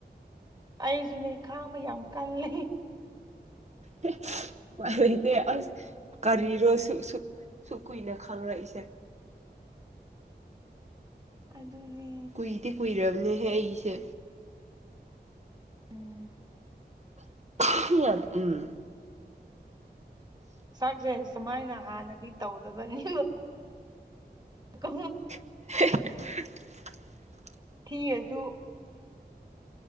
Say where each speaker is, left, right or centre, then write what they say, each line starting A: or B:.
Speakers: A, on the right; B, on the right.
A: ꯑꯩꯁꯨꯅꯦ ꯈꯥꯡꯕ ꯌꯥꯝ ꯀꯜꯂꯤ
B: ꯏ ꯑ ꯀꯔꯤꯔꯣ ꯁꯨ ꯁꯨ ꯁꯨ ꯀꯨꯏꯅ ꯈꯪꯪꯂꯛꯏꯁꯦ
A: ꯑꯗꯨꯅꯤ
B: ꯀꯨꯏꯗꯤꯦ ꯀꯨꯏꯔꯕꯅꯦꯍꯦ ꯑꯩꯁꯦ
A: ꯎꯝ
B: ꯎꯝ
A: ꯆꯥꯛꯁꯦ ꯁꯨꯃꯥꯏꯅ ꯍꯥꯟꯅꯗꯤ ꯇꯧꯗꯕꯅꯤ ꯀꯣ
B: <inaudible>
A: ꯊꯁꯨ